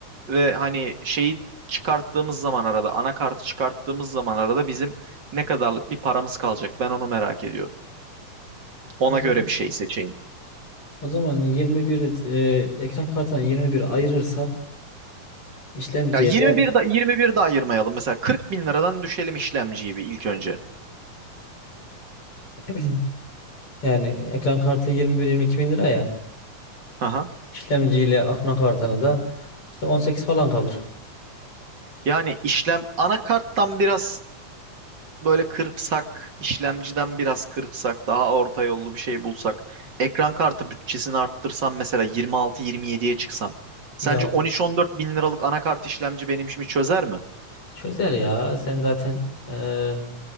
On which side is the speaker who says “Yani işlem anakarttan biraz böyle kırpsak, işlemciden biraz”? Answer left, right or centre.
Right